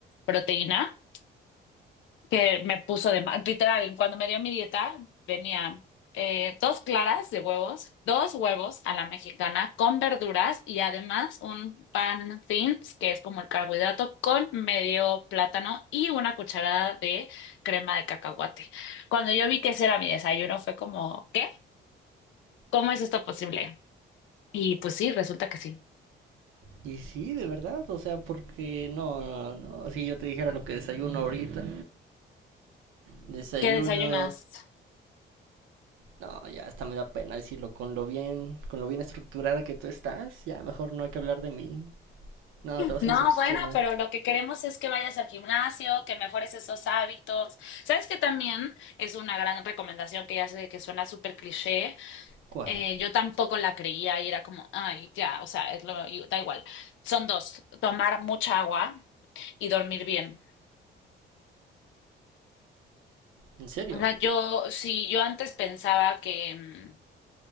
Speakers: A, on the left; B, on the right.
A: proteína que me puso de mal. Literal, cuando me dio mi dieta, venía eh, dos claras de huevos, dos huevos a la mexicana con verduras y además un pan thins, que es como el carbohidrato, con medio plátano y una cucharada de crema de cacahuate. Cuando yo vi que ese era mi desayuno, fue como, ¿qué? ¿Cómo es esto posible? Y pues sí, resulta que sí.
B: y sí, de verdad, o sea, porque no, no, no, si yo te dijera lo que desayuno ahorita, desayuno,
A: ¿Qué desayunas?
B: no, ya hasta me da pena decirlo, con lo bien, con lo bien estructurada que tú estás, ya mejor no hay que hablar de mí, no, te vas
A: No,
B: a decepcionar.
A: bueno, pero lo que queremos es que vayas al gimnasio, que mejores esos hábitos. ¿Sabes que también es una gran recomendación que ya sé que suena súper cliché?
B: ¿Cuál?
A: Eh, yo tampoco la creía y era como, ay, ya, o sea, es lo, y- da igual. Son dos, tomar mucha agua y dormir bien.
B: ¿En serio?
A: O sea, yo, si yo antes pensaba que, mm,